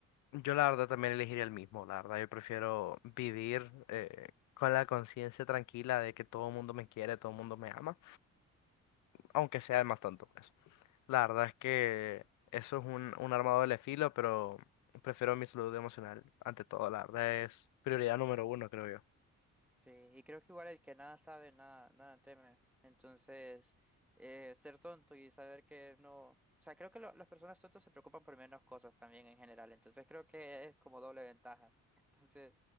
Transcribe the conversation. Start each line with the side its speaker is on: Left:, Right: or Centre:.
Left: Yo la verdad también elegiría el mismo, la verdad yo prefiero vivir eh, con la conciencia tranquila de que todo el mundo me quiere, todo el mundo me ama, aunque sea el más tonto, pues. La verdad es que eso es un, un arma de doble filo, pero prefiero mi salud emocional ante todo, la verdad es prioridad número uno, creo yo.
Centre: Sí, y creo que igual el que nada sabe, nada, nada teme. Entonces, eh, ser tonto y saber que no... O sea, creo que lo- las personas tontas se preocupan por menos cosas también en general. Entonces, creo que es como doble ventaja. <laughs> Entonces,